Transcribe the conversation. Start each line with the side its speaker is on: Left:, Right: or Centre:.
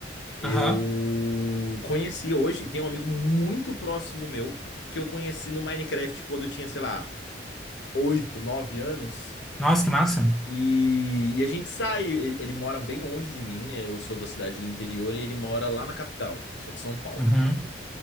Left: Eu
Centre: Aham.
Left: conheci hoje, tem um amigo muito próximo meu que eu conheci no Minecraft quando eu tinha, sei lá 8 9 anos.
Centre: Nossa, que massa.
Left: E, e a gente sai. Ele, ele mora bem longe de mim. Eu sou da cidade do interior e ele mora lá na capital. Eu sou de São Paulo.
Centre: Uhum.